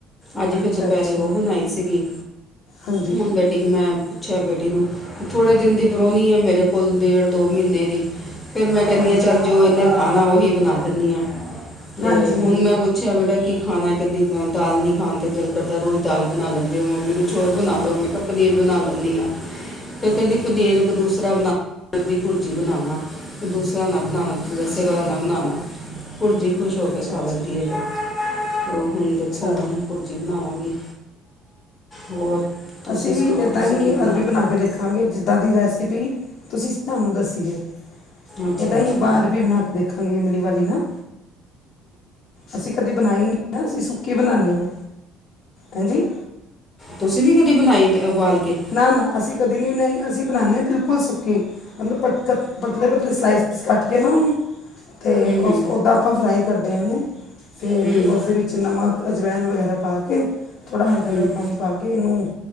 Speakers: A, on the left; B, on the left.
A: ਅੱਜ
B: ਅੱਛਾ
A: ਫਿਰ ਦੁਪਹਿਰੇ
B: ਅੱਛਾ
A: ਔਹ ਬਣਾਈ ਸੀਗੀ।
B: ਹਾਂਜੀ
A: ਹੁਣ ਬੇਟੀੇ ਤੇਮੈਂ ਅੱਛਾ ਬੇਟੀ ਨੂੰ, ਥੋੜ੍ਹੇ ਦਿਨ ਦੀ ਪ੍ਰੋਣੀ ਹੈ। ਮੇਰੇ ਕੋਲ ਡੇਢ ਦੋ ਮਹੀਨੇ ਦੀ ਫਿਰ ਮੈਂ ਕੈੰਦੀ
B: ਹਾਂਜੀ
A: ਹਾਂ ਚੱਲ ਜੋ ਇਹਨੇ ਖਾਣਾ ਉਹੀ ਬਣਾ ਦਿੰਦੀ ਆ, ਅਤੇ
B: ਹਾਂਜੀ
A: ਹੁਣ
B: ਹਾਂਜੀ
A: ਮੈਂ ਪੁ ਪੁੱਛਿਆ ਬੇਟਾ, ਕੀ ਖਾਣਾ ਕੈੰਦੀ ਦਾਲ ਨੀ ਖਾਣ ਤੇ ਦਿਲ ਕਰਦਾ, ਰੋਜ਼ ਦਾਲ ਬਣਾ ਲੈਂਦੇ ਹੋ ਮੰਮੀ ਕੁਛ ਹੋਰ ਬਣਾ ਲਓ ਮੈਂ ਤ ਪਨੀਰ ਬਣਾ ਲੈਂਦੀ ਆ ਤੇ ਕੈੰਦੀ ਪਨੀਰ ਇੱਕ ਦੂਸਰਾ ਬਣਾ ਰ ਦੀ ਭੁਰਜੀ ਬਣਾਉਣਾ ਤੇ ਦੂਸਰਾ ਨਾ ਬਣਾਣਾ। ਲੱਸੇ
B: ਅੱਛਾ
A: ਤਰਾਂ ਨਾ ਬਣਾਣਾ, ਪੁਰਜੀ ਖੁਸ਼ ਹੋ
B: ਅੱਛਾ
A: ਕੇ ਖਾ
B: ਅੱਛਾ
A: ਲੈਂਦੀ ਏ ਫੇਰ। ਔਹ ਹੁਣ ਦੇਖੋ
B: ਅੱਛਾ
A: ਹੁਣ ਭੁਰਜੀ ਬਣਾਵਾਂਗੀ, ਹੋਰ ਤੁਸੀਂ
B: ਅਸੀਂ
A: ਸੁਣਾਓ
B: ਵੀ ਇੱਦਾਂ
A: ਤੁਸੀਂ
B: ਹੀ
A: ਕੀ
B: ਅਰਬੀ
A: ਲਿਆ
B: ਬਣਾ ਕੇ ਦੇਖਾਂਗੇ ਜਿੱਦਾਂ ਦੀ ਰੈਸਪੀ ਤੁਸੀਂ ਸਾਨੂੰ ਦੱਸੀ ਏ।
A: ਅੱਛਾ
B: ਏਦਾਂ
A: ਅੱਛਾ
B: ਹੀ ਬਾਂਰ ਬੀ ਬਣਾ ਕੇ ਦੇਖਾਂਗੇ ਇਮਲੀ ਵਾਲੀ ਨਾ। ਅਸੀਂ ਕਦੇ ਬਣਾਈ ਨਹੀਂ ਅਸੀਂ ਸੁੱਕੀ ਬਣਾਦੇ ਹਾਂ ਹਾਂਜੀ।
A: ਤੁਸੀਂ ਨੀ ਕਦੀ ਬਣਾਈ ਉਬਾਲ ਕੇ
B: ਨਾ ਨਾ ਅਸੀਂ ਕਦੇ ਨਹੀਂ ਬਣਾਈ, ਅਸੀਂ ਬਣਾਉਂਦੇ ਬਿਲਕੁਲ ਸੁੱਕੀ। ਮਤਲਬ ਪਤਲੇ ਪਤਲੇ ਸਲਾਈਸ ਕੱਟ ਕੇ ਨਾ ਉਹਨੂੰ ਅਤੇ
A: ਹੂੰ ਹੂੰ
B: ਉਸ ਉੱਦਾਂ ਆਪਾਂ ਫਰਾਈ ਕਰਦੇ ਹਾਂ ਉਹਨੂੰ ਫਿਰ
A: ਹੂੰ
B: ਉਸਦੇ ਵਿੱਚ ਨਮਕ ਅਜਵੈਣ ਵਗੈਰਾ ਪਾ ਕੇ ਥੋੜ੍ਹਾ ਹਲਕਾ
A: ਹੂੰ
B: ਜਿਹਾ ਪਾਣੀ ਪਾ ਕੇ ਇਹਨੂੰ